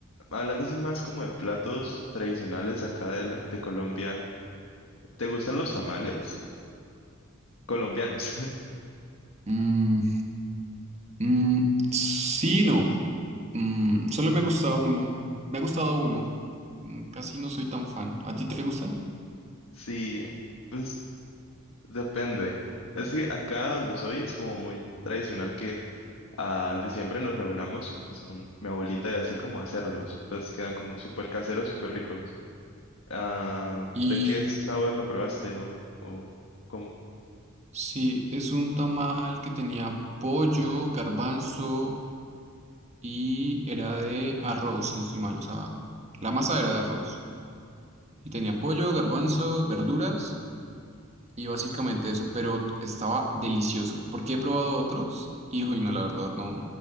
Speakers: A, on the left (about 75°); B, on the right (about 35°).
A: hablando así más como de platos tradicionales acá de, la- de Colombia. ¿Te gustan los tamales? Colombianos.
B: Mm, mm, sí, no. Mm, solo me ha gustado uno. Me ha gustado uno. Mm, Casi no soy tan fan. ¿A ti te gustan?
A: <laughs> Sí. Pues Depende. Es que acá donde soy es como muy tradicional que ah, en diciembre nos reunamos pues con mi abuelita y así como a hacerlos. Entonces quedan como súper caseros, súper ricos. Ah,
B: Y
A: ¿de qué sabor lo probaste o, o cómo?
B: sí, es un tamal que tenía pollo, garbanzo y era de arroz, si no estoy mal. O sea, la masa era de arroz. Y tenía pollo, garbanzo, verduras y básicamente eso. Pero estaba delicioso. Porque he probado otros y, uy, no, la verdad, no,